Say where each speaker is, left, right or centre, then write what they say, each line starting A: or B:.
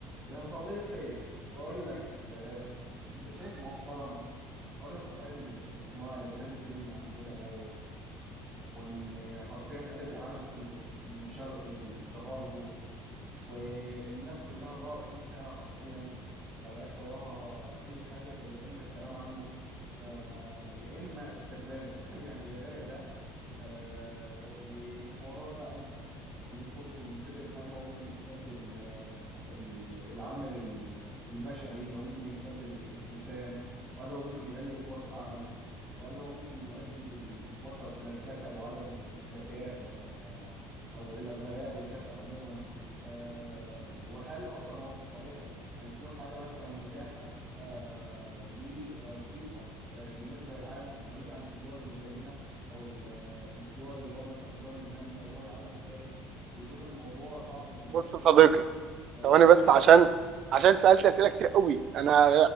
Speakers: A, on the right (about 30°); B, on the right (about 45°).
A: يا صديقي بقول لك آه، انت شايف مؤخرا حوار الذكاء ال- الاصطناعي اللي غازي الدنيا عندنا ده و... وان حرفيا قلب العالم كله من شرقه ل- لغربه والناس كلها 24 ساعة حرفيا ما بقاش وراها أي حاجة غير يا إما الكلام عنه آه، يا إما استخدامه <laughs> يعني يا ده يا ده آه، والحوارات بقى ال- اللي تخصه من فكرة هل هو ممكن يستبدل آه، ال- العامل ال- البشري أو ممكن يستبدل الإنسان وهل هو ممكن يقلل فرص العمل وهل هو ممكن يؤدي بال- بالبشر إلى الكسل وعدم الذكاء و- أو إلى الغباء والكسل عموما آه، وهل اصلا هو في الطبيعي هيكون حاجه مثلا متاحه آه، ورخيصه آه، بالنسبه للعالم وهيجي عند الدول اللي زينا او ال- آه، الدول اللي هو مثلا الدول الناميه ودول العالم الثالث ويكون الموضوع صعب المنال
B: بص يا
A: كده
B: صديقي
A: و- آه،
B: ثواني
A: وغالي
B: بس عشان عشان سألت أسئلة كتير قوي أنا